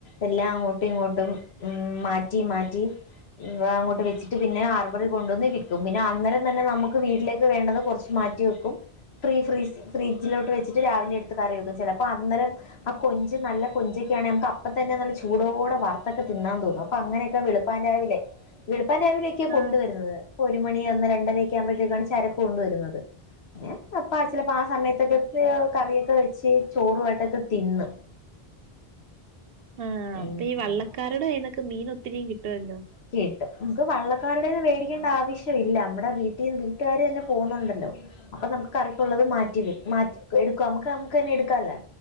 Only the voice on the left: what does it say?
എല്ലാം അങ്ങോട്ടും ഇങ്ങോട്ടും ഉം മാറ്റി മാറ്റി അങ്ങോട്ട് വെ ച്ചിട്ട് പിന്നെ ഹാർബറി കൊണ്ടുവന്ന് വിൽക്കും പിന്നെ അന്നേരം തന്നെ നമുക്ക് വീട്ടിലേക്ക് വേണ്ടത് കുറച്ച് മാറ്റി വെക്കും ഫ്രീ ഫ്രീസ് ഫ്രിഡ്ജിലോട്ട് വെ ച്ചിട്ട് രാവിലെ എടുത്ത് കറി വെക്കും ചിലപ്പോ അന്നേരം ആഹ് കൊഞ്ച് നല്ല കൊഞ്ചൊക്കെയാണെ നമുക്ക് അപ്പൊ തന്നെ നല്ല ചൂടോടെ വറുത്തൊക്കെ തിന്നാൻ തോന്നും അപ്പൊ അങ്ങനെയൊക്കെ വെളു പ്പാൻ രാവിലെ വെളുപ്പാൻ രാവിലേ ക്ക് കൊണ്ടുവരുന്നത്
ഇപ്പോ ഒരു മണി ഒന്ന് രണ്ടര ഒക്കെ ആകുമ്പോഴത്തേക്കാണ് ചരക്ക് കൊണ്ടുവരുന്നത് പിന്നെ അപ്പാ ചിലപ്പോ ആഹ് സമയത്തൊക്കെ കറിയൊക്കെ വെച്ച് ചോറുമായിട്ടൊക്കെ തിന്ന്
ഉം
കിട്ടും നമുക്ക് വള്ളക്കാരുടേന്ന് മേടിക്കേണ്ട ആവശ്യമില്ല നമ്മടെ വീട്ടീ വീട്ടുകാര് തന്നെ പോന്നുണ്ടല്ലോ അപ്പൊ നമുക്ക് കറിക്ക് ഉള്ളത്
മാറ്റി മാറ്റ എടുക്കാം നമ്മക്ക് നമുക്ക് തന്നെ എടുക്കാല്ലോ